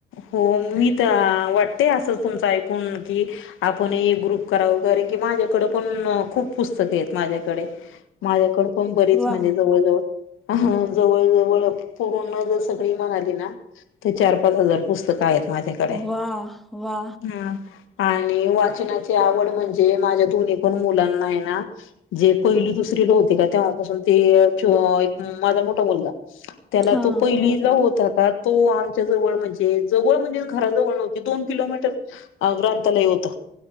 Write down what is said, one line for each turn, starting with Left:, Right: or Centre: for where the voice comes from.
Left: हो मी तर वाटते असं तुमचं ऐकून की आपणही एक ग्रुप कराव घरी की माझ्याकडं पण खूप पुस्तकं आहेत माझ्याकडे माझ्याकड पण बरीच
Centre: वा
Left: म्हणजे जवळ जवळ जवळ जवळ पूर्ण जर सगळी म्हणाली ना तर चार पाच हजार पुस्तकं आहेत माझ्याकडे
Centre: वा वा
Left: ह आणि वाचनाची आवड म्हणजे माझ्या दोन्ही पण मुलांना आहे ना जे पहिली दुसरीला होते का तेव्हापासून ते च माझा मोठा ठा मुलगा त्याला
Centre: हा
Left: तर पहिलीत ला होता का तो आमच्या जवळ म्हणजे जवळ म्हणजे घराजवळ नव्हती दोन किलोमीटर अं ग्रंथालय होत